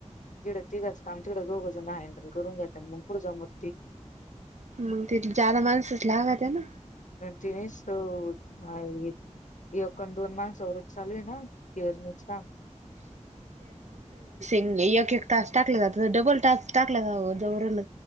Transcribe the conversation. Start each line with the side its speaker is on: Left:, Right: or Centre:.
Left: जिड तिघाच काम तिड दोघच म हँडल करून घेतात पण मंग कुड जमत
Right: मंग तिथ जादा माणसच लागात्या ना.
Left: ते निसत नाय एक दोन माणस माणसावरच चालूये ना पेरणीच काम.
Right: लय एक एक टास्क टाकला जात होता डबल टास्क टाकला जावं जावू राहल.